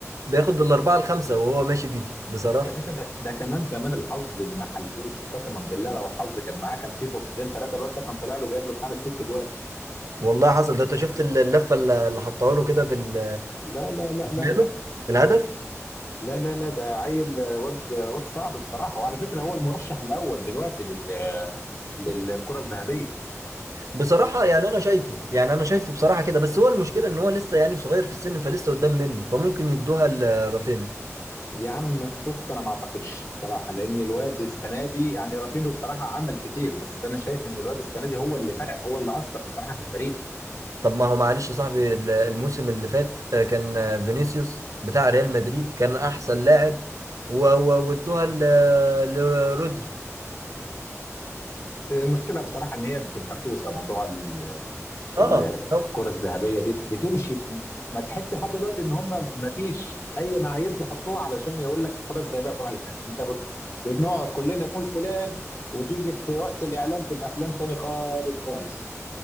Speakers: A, on the right; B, on the left.
A: بياخد بالاربعه الخمسه وهو ماشي بيهم بصراحه
B: يا باشا ده ده كمان كمان الحظ ما حلفوش قسما بالله لو الحظ كان معاه كان في فرصتين ثلاثه الواد ده كان طلع له جايب له خمس ست جوان
A: والله حصل ده انت شفت ال- اللفه اللي اللي حطها له كده بال
B: لا لا لا لا
A: شماله
B: لا
A: الهدف
B: لا لا لا ده عيل آه، واد آه، واد صعب بصراحه وعلى فكره هو المرشح الاول دلوقتي لل آه، للكره الذهبيه
A: بصراحه يعني انا شايفه يعني انا شايفه بصراحه كده بس هو المشكله ان هو لسه يعني صغير في السن فلسه قدام منه فممكن يدوها لرافينيا
B: يا عم بص انا ما اعتقدش بصراحه لان الواد السنه دي يعني رافينو بصراحه عمل كتير بس انا شايف ان الواد السنه دي هو اللي فرق هو اللي اثر بصراحه في الفريق
A: طب ما هو معلش يا صاحبي ال- الموسم اللي فات آه، كان آه، فينيسيوس بتاع ريال مدريد كان احسن لاعب و- و- وادوها ل- لرودري
B: المشكله بصراحه ان هي بتبقى كوسه موضوع ال-
A: اه
B: الكرة
A: هم-
B: الذهبية دي بتمشي ما تحس لحد دلوقتي ان هم ما فيش اي معايير بيحطوها علشان يقول لك الكرة الذهبية هتروح لكذا انت بت... بنقعد كلنا نقول فلان وتيجي في وقت الاعلان تبقى فلان تاني خالص خالص